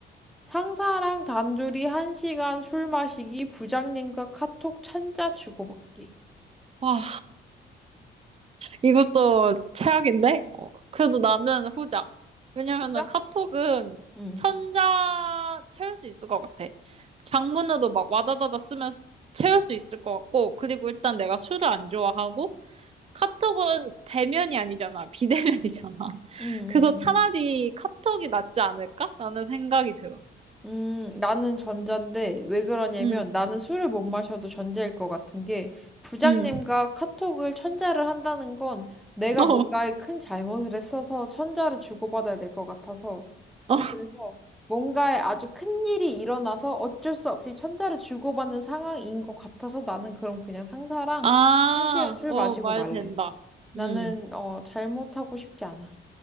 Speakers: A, in the centre; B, on the right (about 30°).
A: 상사랑 단둘이 한 시간 술 마시기, 부장님과 카톡 천자 주고받기.
B: 와, 이것도 최악인데? 어, 그래도 나는 후자. 왜냐면은
A: 부장?
B: 카톡은
A: 응,
B: 천자 채울 수 있을 것 같아. 장문으로 막 와다다다 쓰면 쓰- 채울 수 있을 것 같고, 그리고 일단 내가 술을 안 좋아하고, 카톡은 대면이 아니잖아. 비대면이잖아. <laughs>
A: 응, 응,
B: 그래서
A: 응.
B: 차라리 카톡이 낫지 않을까? 라는 생각이 들어.
A: 음, 나는 전자인데, 왜 그러냐면,
B: 응,
A: 나는 술을 못 마셔도 전자일 것 같은 게, 부장님과
B: 응.
A: 카톡을 천자를 한다는 건, 내가
B: <laughs> 어,
A: 뭔가에 큰 잘못을 했어서 천자를 주고받아야 될 것 같아서,
B: 어.
A: 그래서 뭔가 아주 큰 일이 일어나서 어쩔 수 없이 천자를 주고받는 상황인 것 같아서 나는 그럼 그냥 상사랑
B: 아,
A: 한 시간 술
B: 어,
A: 마시고
B: 말
A: 말래.
B: 된다.
A: 나는
B: 응.
A: 어 잘못하고 싶지 않아.